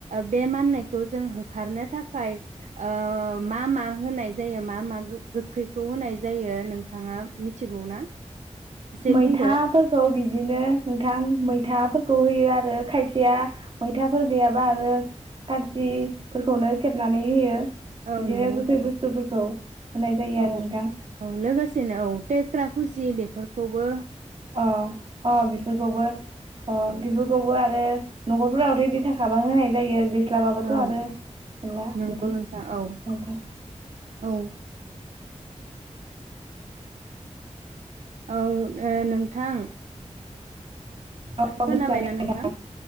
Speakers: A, on the right; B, on the right.
A: बे माननाय खौ जों होखारनो थाखाय ओ मा मा होनाय जायो मा मा गोखैखौ होनाय जायो नोंथाङा मिथिगौ ना? एसे
B: मैथाफोरखौ
A: बुंदो
B: बिदि बिदिनो नोंथां मैथाफोरखौ होयो आरो खायसेया मै मैथाफोर गैयाबा आरो खार्जिफोरखौनो सेबनानै होयो।
A: औ
B: बिदिनो
A: नंगौ
B: गोखै
A: नोंथां
B: बुस्थुफोरखौ होनाय जायो
A: औ
B: आरो नोंथां
A: औ लोगोसेनो औ टेक्रा खुसि बे फोरफोरखौबो
B: अ अ बेफोरखौबो अ
A: औ
B: बेफोरखौबो आरो न'खरफोराव रेडि थाखाबा होनाय जायो। मोनस्लाबाबाथ
A: औ
B: आरो मोनला
A: नंगौ
B: बिदि
A: नोंथां
B: नोथां।
A: औ औ औ ओ नोंथां
B: औ
A: खोनाबायना
B: बुंजागोन
A: नोंथां